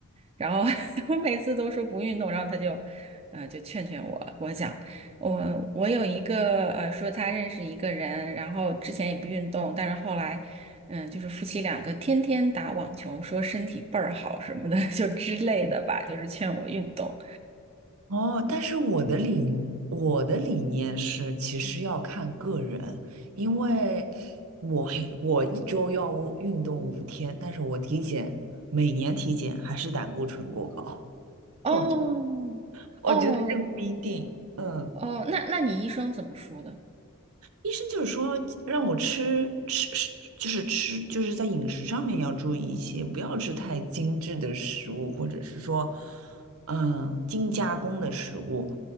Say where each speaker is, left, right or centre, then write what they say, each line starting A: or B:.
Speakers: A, on the right; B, on the right.
A: 然后 <laughs> 我每次都说不运动，然后他就，呃，就劝劝我。给我讲，我我有一个呃，说他认识一个人，然后之前也不运动，但是后来。嗯，就是夫妻两个天天打网球，说身体倍儿好什么的，<laughs> 就之类的吧，就是劝我运动。
B: 哦，但是我的理我的理念是，其实要看个人，因为我我一周要运动五天，但是我体检每年体检还是胆固醇过高，
A: 哦，
B: <laughs> 我觉得我觉得这个不一定，
A: 哦，
B: 嗯。
A: 哦，那那你医生怎么说的？
B: 医生就是说让我吃吃吃，就是吃，就是在饮食上面要注意一些，不要吃太精致的食物，或者是说，嗯，精加工的食物，